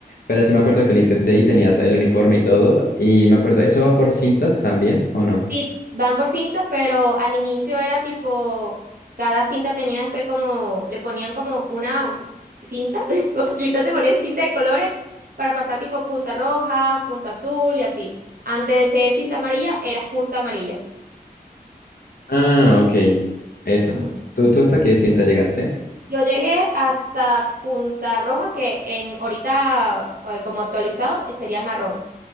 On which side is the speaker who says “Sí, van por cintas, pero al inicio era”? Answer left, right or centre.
Right